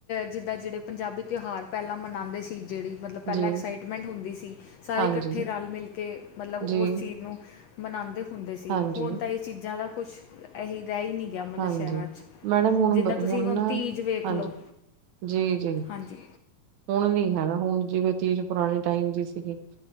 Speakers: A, on the left (about 75°); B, on the right (about 70°).
A: ਜਿੱਦਾਂ ਜਿਹੜੇ ਪੰਜਾਬੀ ਤਿਉਹਾਰ ਪਹਿਲਾਂ ਮਨਾਉਂਦੇ ਸੀ, ਜਿਹੜੀ ਮਤਲਬ ਪਹਿਲਾਂ
B: ਜੀ
A: ਐਕਸਾਈਟਮੈਂਟ ਹੁੰਦੀ ਸੀ ਸਾਰੇ
B: ਹਾਂਜੀ।
A: ਇਕੱਠੇ ਰਲ ਮਿਲ ਕੇ ਮਤਲਬ
B: ਜੀ
A: ਉਸ ਚੀਜ਼ ਨੂੰ ਮਨਾਉਂਦੇ ਹੁੰਦੇ ਸੀ
B: ਹਾਂਜੀ,
A: ਹੁਣ ਤਾਂ ਇਹ ਚੀਜ਼ਾਂ ਦਾ ਕੁਛ ਰਹਿ ਹੀ ਨਹੀਂ ਗਿਆ ਮਤਲਬ
B: ਹਾਂਜੀ
A: ਸ਼ਹਿਰਾਂ ਚ,
B: ਮੈਡਮ ਹੁਣ
A: ਜਿੱਦਾਂ
B: ਬ-
A: ਤੁਸੀਂ ਹੁਣ
B: ਨਾ
A: ਤੀਜ ਵੇਖ
B: ਹਾਂਜੀ।
A: ਲੋ
B: ਜੀ ਜੀ
A: ਹਾਂਜੀ
B: ਹੁਣ ਨੀ ਹੈਗਾ, ਹੁਣ ਜਿਵੇਂ ਤੀਜ਼ ਪੁਰਾਣੇ ਟਾਈਮ ਦੀ ਸੀਗੀ